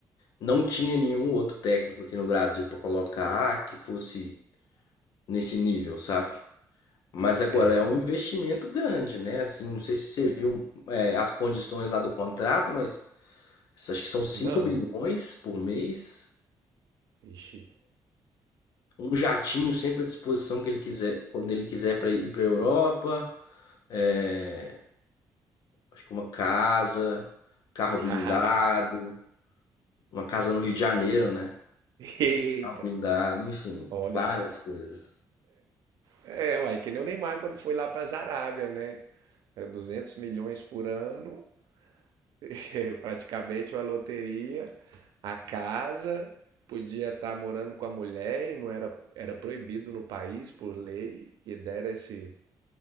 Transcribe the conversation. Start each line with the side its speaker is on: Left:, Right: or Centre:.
Left: não tinha nenhum outro técnico aqui no Brasil para colocar ah, que fosse nesse nível, sabe? Mas agora
Right: É,
Left: é um investimento grande, né? Assim, não sei se você viu é, as condições lá do contrato, mas acho que são 5
Right: não.
Left: milhões por mês.
Right: Ixi.
Left: Um jatinho sempre à disposição que ele quiser, quando ele quiser para ir para a Europa. é, acho que uma casa, carro
Right: <laughs>
Left: blindado, uma casa no Rio de Janeiro, né?
Right: Eita.
Left: Carro blindado, enfim,
Right: Olha.
Left: várias coisas.
Right: É, uai, que nem o Neymar quando foi lá para a Arábia, né? É 200 milhões por ano. <laughs> praticamente uma loteria, a casa, podia estar morando com a mulher e não era, era proibido no país por lei, e dera esse